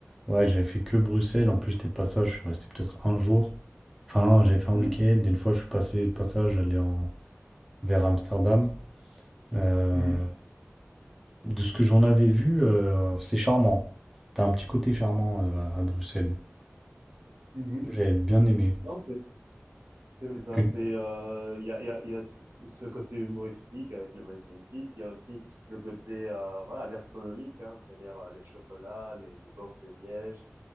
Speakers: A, in the centre; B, on the right.
A: Ouais, j'avais fait que Bruxelles. En plus, j'étais de passage, je suis resté peut-être un jour. Enfin, non, j'avais fait un week-end.
B: Mmh.
A: Et une fois, je suis passé de passage, j'allais en... vers Amsterdam. Euh,
B: Mmh.
A: De ce que j'en avais vu, euh, c'est charmant. T'as un petit côté charmant euh, à Bruxelles.
B: Mmh.
A: J'avais bien aimé.
B: Non, c'est c'est ça.
A: Et-
B: C'est euh, il euh, y, a, il y, a, il y, a, ce ce côté humoristique avec le Mannequin Peace. Il y a aussi le côté euh, voilà gastronomique, hein, c'est-à-dire euh, les chocolats, les, les gaufres des lièges.